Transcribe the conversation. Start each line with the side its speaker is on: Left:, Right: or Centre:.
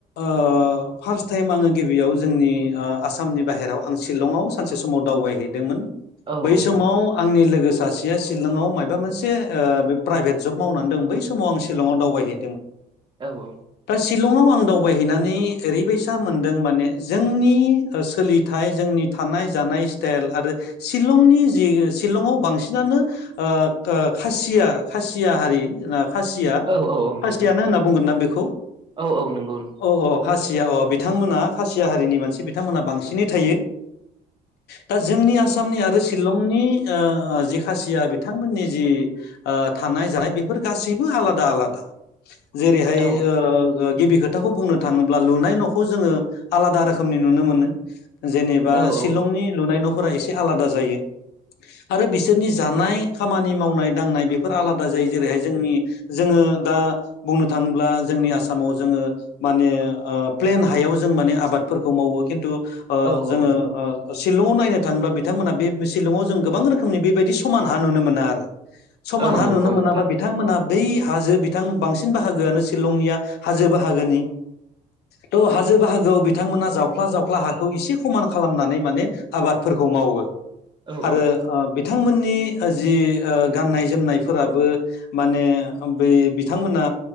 Left: ओ फार्स्ट टाइम ओ आङो गिबियाव जोंनि आसामनि बाहेराव आं शिलंआव सानसे समाव दावबायहैदोंमोन
Right: औ
Left: बै
Right: औ
Left: समाव
Right: नंगौ
Left: आंनि लोगोसे सासेया सिलं आव माइबा मोनसे ओ प्राइभेट जब मावनानै दं बै समाव आं सिलंआव दावबायहै
Right: औ औ।
Left: सिलंआव आं दावबाय हैनानै ओरै बायसा मोनदों माने जोंनि सोलिथाइ जोंनि थानाय जानाय स्टाइल आरो शिलंनि जि शिलंआव बांसिनानो ओ ओ खासिया खासिया हारि खासिया
Right: औ औ औ
Left: खासियानो
Right: नंगौ नोंथां
Left: होनना बुंगोन ना बेखौ
Right: औ औ नंगौ
Left: अ अ खासिया अ बिथांमोना खासि सिया हारिनि मानसि बिथां मोना बांसिनै थायो। दा जोंनि आसामनि आरो शिलंनि ओ जि खासिया बिथां मोननि जि ओ थानाय जानाय बेफोर गासैबो आलादा आलादा। जेरैहाय
Right: औ
Left: ओ गिबि खोथाखौ बुंनो थाङोब्ला लुनाय न'खौ जोङो आलादा रोखोम रोखोमनि नुनो मोनो जेनेबा
Right: औ
Left: शिलंनि
Right: औ औ
Left: लुनाय न'फोरा एसे आलादा जायो। आरो बिसोरनि जानाय खामानि मावनाय दांनाय बेफोर आलादा जायो जेरै हाय जोंनि जोङो ओ दा बुंनो थाङोब्ला जोंनि आसामाव जोङो माने ओ प्लेन हायाव जों माने आबाद फोरखौ औ खिन्थु ओ
Right: औ औ
Left: जोंङो
Right: नंगौ
Left: ओ सि शिलंआव नायनो थाङोब्ला बिथां मोना बे शिलंआव जों गोबां रोखोमनि बेबायदि समान हा नुनो मोना आरो। समान
Right: औ
Left: हा
Right: नंगौ
Left: नुनो मोनाबा
Right: नोंथां
Left: बिथांमोना बै हाजो बिथां बांसिन बाहागो आनो शिलंनिया हाजो बाहागोनि। थ' हाजो बाहागोआव बिथांमोना जावख्ला जावख्ला हाखौ एसे खमान खालामनानै माने आबादफोर फोरखौ मावो
Right: औ
Left: आरो
Right: औ
Left: बिथां मोननि जि ओ गाननाय जोमनाय फोराबो माने बै बिथां मोना